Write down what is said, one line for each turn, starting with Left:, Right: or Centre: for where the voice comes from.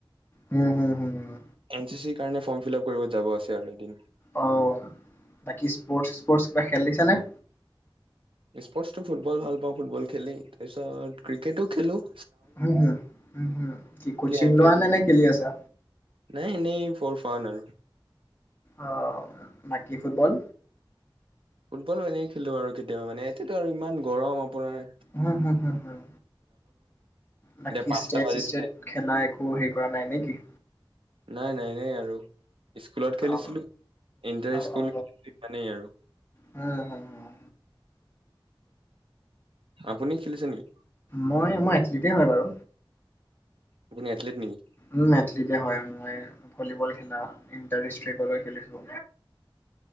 Left: হুম হুম হুম হুম।
Right: N C C. কাৰণে ফৰ্ম ফিল আপ কৰিব যাব আছে। <unintelligible> এদিন
Left: অ', বাকী স্পৰ্টচ স্পৰ্টচ কিবা খেলিছানে?
Right: স্পৰ্টচটো ফুটবল ভাল পাওঁ ফুটবল খেলি, তাৰপিছত ক্ৰিকেটো খেলোঁ।
Left: উম হম হম কি কচিং
Right: আই পি
Left: লোৱানে
Right: এল
Left: নে খেলি আছা?
Right: নাই এনেই ফৰ ফান আৰু।
Left: অ', বাকী ফুটবল?
Right: ফুটবলো এনে খেলো আৰু কেতিয়াবা মানে এতিয়াতো আৰু ইমান গৰম। পোনাৰ।
Left: হুম হুম হুম হুম বাকী
Right: পাঁচটা
Left: ষ্টেট-ষ্টেট
Right: বাজিছিলে
Left: খেলা একো হেৰি কৰা নাই নেকি?
Right: নাই নাই নাই আৰু। স্কুলত খেলিছিলোঁ,
Left: অ
Right: ইণ্টাৰ
Left: অ
Right: স্কুল
Left: অ
Right: সিমানেই আৰু।
Left: হুম হুম হুম
Right: আপুনি খেলিছে নেকি?
Left: মই মই এথলিটে হয় বাৰু।
Right: আপুনি এথলিট নেকি?
Left: উ এথলিটে হয় মই ভলীবল। খেলা ইণ্টাৰ ডিষ্ট্ৰিকলৈ খেলিছোঁ।